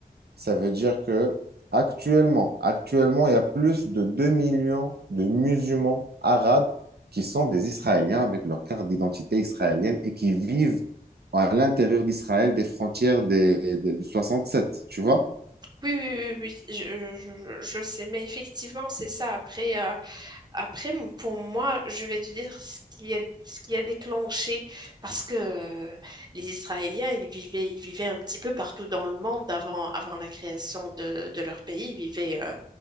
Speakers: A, on the right (about 80°); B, on the right (about 25°).
A: Ça veut dire que actuellement, actuellement, il y a plus de 2 millions de musulmans arabes qui sont des Israéliens avec leur carte d'identité israélienne et qui vivent à l'intérieur d'Israël des frontières des, des- du 67, tu vois?
B: Oui, oui, oui, oui, oui. je, je- je- je sais, mais effectivement, c'est ça. Après, euh, Après, m- pour moi, je vais te dire ce qui a, ce qui a déclenché, parce que euh, les Israéliens, ils vivaient, ils vivaient un petit peu partout dans le monde avant, avant la création de, de leur pays. Ils vivaient, euh,